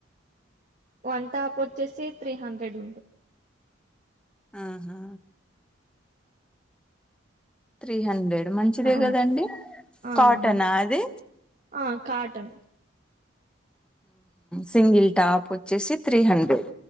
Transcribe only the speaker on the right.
వన్ టాప్ వచ్చేసి త్రీ హండ్రెడ్
ఆ
ఆ
మన్
ఆ కాటన్